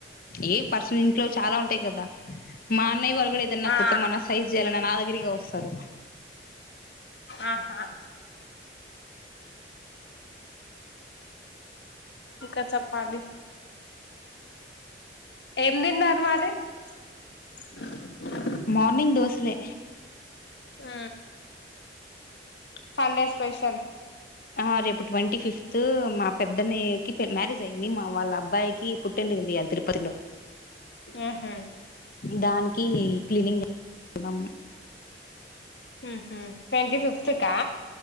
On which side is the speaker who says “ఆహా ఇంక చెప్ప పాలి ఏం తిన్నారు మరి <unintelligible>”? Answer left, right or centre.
Left